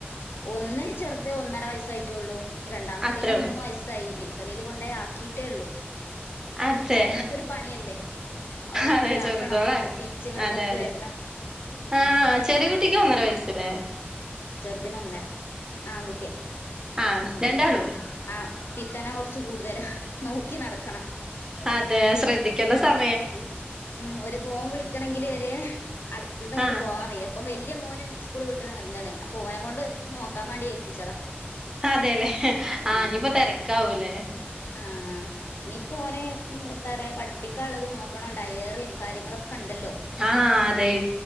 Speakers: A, on the left; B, on the right.
A: ഒന്ന് ചെറുത് ഒന്നര വയസായി ട്ടുള്ളു, രണ്ടാമത്തേന്
B: അത്രേള്ളൂ
A: മൂന്ന് വയസ്സായി നേഴ്സറിൽ കൊണ്ടെ ആക്കിയിട്ടേ ഉള്ളു.
B: അതെ
A: അതന്നെപ്പൊ ഒരു പണിയല്ലേ അവിടെ കൊണ്ടോയി
B: അതെ ചെറുതോളല്ലേ
A: ആക്കണം തിരിച്ച് ഇങ്ങട്‌
B: അതെ
A: കൊണ്ടുവരണം.
B: അതെ
A: ഉം
B: ആഹ് ചെറിയ കുട്ടിക്ക് ഒന്നര വയസല്ലേ?
A: അതിനൊന്നര ആൺകുട്ടിയാ.
B: ആഹ്
A: ഉം
B: രണ്ടാളും
A: ഉം ആ പിത്തനെ കുറച്ച് കൂടുതലാ നോക്കി നടക്കണം.
B: അതെ ശ്രദ്ധിക്കേണ്ട സമ
A: ഇപ്പ ഉം ഒരു ഫോൺ വിളിക്കണങ്കില് വരെ അടുത്തതും ഇങ്ങോട്ട്
B: ആഹ്
A: പോവാൻ വയ്യ ഇപ്പം വ വല്യ മോന് സ്കൂള് വിട്ടണ വന്നണ് അപ്പോ ഓനെ കൊണ്ട് നോക്കാൻ വേണ്ടി ഏൽപ്പിച്ചതാ.
B: അതെയല്ലെ ആ
A: ഉം
B: ഇഞ്ഞിയിപ്പോ തിരക്കാവൂല്ലേ?
A: ആ ഇനിയിപ്പോ ഓനെ എത്താ പറയാ പഠിപ്പിക്കാൻ ഉള്ളത് നോക്കണം ഡയറിയും കാര്യങ്ങളൊക്കെ ഉണ്ടല്ലോ
B: ആഹ് അതെ